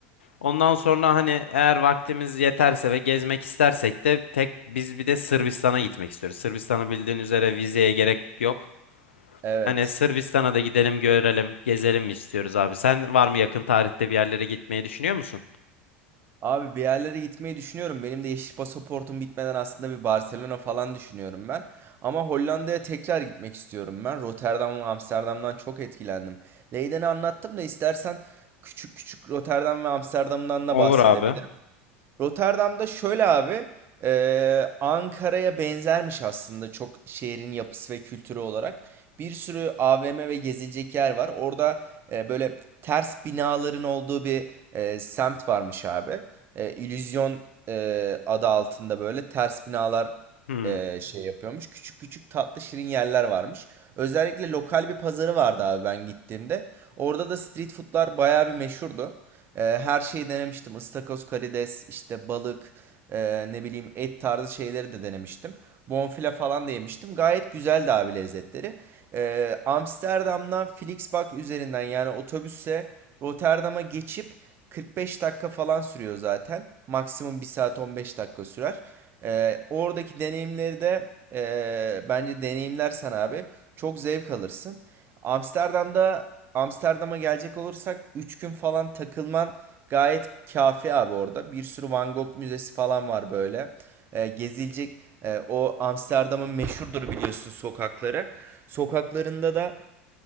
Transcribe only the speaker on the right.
Evet.
Abi bir yerlere gitmeyi düşünüyorum. Benim de yeşil pasaportum bitmeden aslında bir Barcelona falan düşünüyorum ben. Ama Hollanda'ya tekrar gitmek istiyorum ben. Rotterdam ve Amsterdam'dan çok etkilendim. Leyden'i anlattım da istersen küçük küçük Rotterdam ve Amsterdam'dan da
bahsedebilirim.
Rotterdam'da şöyle abi, eee, Ankara'ya benzermiş aslında çok şehrin yapısı ve kültürü olarak. Bir sürü AVM ve gezilecek yer var. Orada eee, böyle ters binaların olduğu bir eee, semt varmış abi. Eee İllüzyon eee, adı altında böyle ters binalar
eee, şey yapıyormuş. Küçük küçük tatlı şirin yerler varmış. Özellikle lokal bir pazarı vardı abi ben gittiğimde. Orada da street foodlar bayağı bir meşhurdu. Eee, her şeyi denemiştim. Istakoz, karides, işte balık, eee, ne bileyim et tarzı şeyleri de denemiştim. Bonfile falan da yemiştim. Gayet güzeldi abi lezzetleri. Eee, Amsterdam'dan Flixbus üzerinden yani otobüse Rotterdam'a geçip 45 dakika falan sürüyor zaten. Maksimum 1 saat 15 dakika sürer. Eee, oradaki deneyimleri de eee, bence deneyimlersen abi çok zevk alırsın. Amsterdam'da Amsterdam'a gelecek olursak 3 gün falan takılman gayet kafi abi orada. Bir sürü Van Gogh müzesi falan var böyle. Ee, gezilecek e, o Amsterdam'ın meşhurdur biliyorsun sokakları. Sokaklarında da